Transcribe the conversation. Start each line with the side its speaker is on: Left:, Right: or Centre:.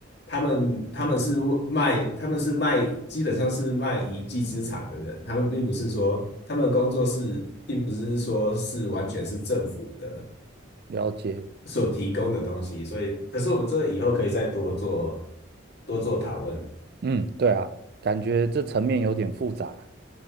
Left: 他们他们是卖他们是卖基本上是卖一技之长的人，他们并不是说他们的工作是并不是说是完全是政府的。
Right: 了解。
Left: 所提供的东西，所以可是我们这个以后可以再多做多做讨论。
Right: 嗯，对啊，感觉这层面有点复杂。